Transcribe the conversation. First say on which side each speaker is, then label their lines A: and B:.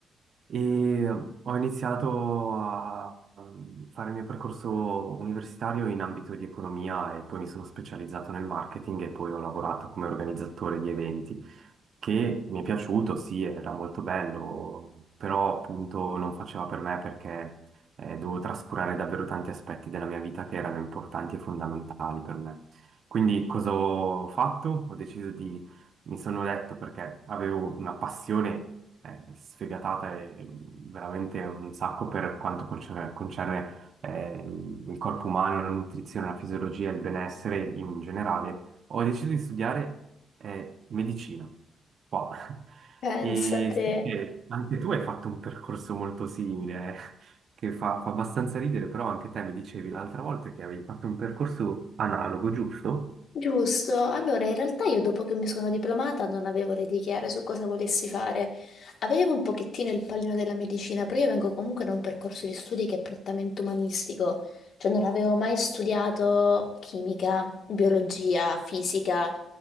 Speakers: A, on the right (about 55°); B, on the left (about 65°).
A: e ho iniziato a mm, fare il mio percorso universitario in ambito di economia e poi mi sono specializzato nel marketing e poi ho lavorato come organizzatore di eventi che mi è piaciuto, sì, era molto bello, però appunto non faceva per me perché eh, dovevo trascurare davvero tanti aspetti della mia vita che erano importanti e fondamentali per me. Quindi cosa ho fatto? Ho deciso di, mi sono detto perché avevo una passione eh, sfegatata e e veramente un sacco per quanto concerne, concerne, ehm, il corpo umano, la nutrizione, la fisiologia, il benessere in generale, ho deciso di studiare eh, medicina qua. <laughs>
B: Pensate.
A: E so che anche tu hai fatto un percorso molto simile, <laughs> che fa, fa abbastanza ridere, però anche te mi dicevi l'altra volta che avevi fatto un percorso analogo, giusto?
B: Giusto, allora in realtà io dopo che mi sono diplomata non avevo le idee chiare su cosa volessi fare. Avevo un pochettino il pallino della medicina, però io vengo comunque da un percorso di studi che è prettamente umanistico, cioè non avevo mai studiato chimica, biologia, fisica,